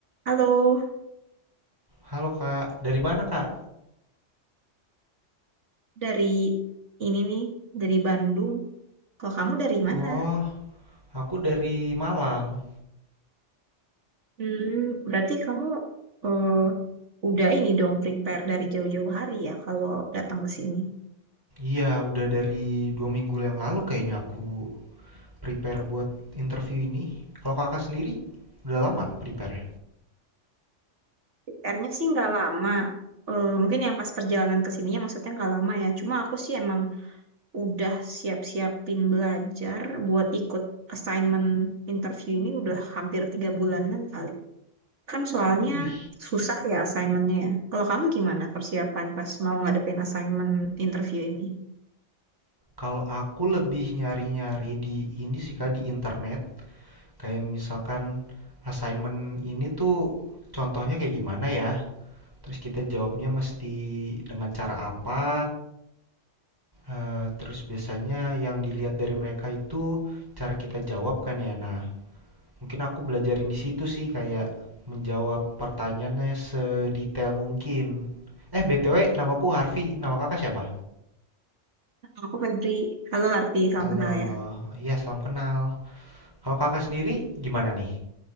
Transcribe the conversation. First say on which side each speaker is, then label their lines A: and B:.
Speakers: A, on the right (about 65°); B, on the right (about 15°).
A: Halo,
B: Halo Kak, dari mana Kak?
A: dari ini nih, dari Bandung. Kalau kamu dari mana?
B: Oh, aku dari Malang.
A: Hmm, berarti kamu eh, udah ini dong prepare dari jauh-jauh hari ya kalau datang ke sini.
B: Iya, udah dari dua minggu yang lalu kayaknya aku prepare buat interview ini. Kalau Kakak sendiri, udah lama prepare
A: Prepare-nya sih nggak lama. Eh, mungkin yang pas perjalanan ke sininya maksudnya nggak lama ya. Cuma aku sih emang udah siap-siapin belajar buat ikut assignment interview ini udah hampir tiga bulanan kali. Kan soalnya
B: Wih,
A: susah ya assignmentnya. ya. Kalau kamu gimana persiapan pas mau ngadepin assignment interview ini?
B: kalau aku lebih nyari-nyari di ini sih Kak, di internet. Kayak misalkan assignment ini tuh contohnya kayak gimana ya? Terus kita jawabnya mesti dengan cara apa? Eee, terus biasanya yang dilihat dari mereka itu cara kita jawab kan ya. Nah, mungkin aku belajarin di situ sih kayak menjawab pertanyaannya sedetail mungkin. Eh, BTW namaku Harvey. Nama kakak siapa?
A: Aku Febri, halo Arti, salam
B: Halo,
A: kenal
B: halo.
A: ya.
B: Iya, salam kenal. Kalau kakak sendiri gimana nih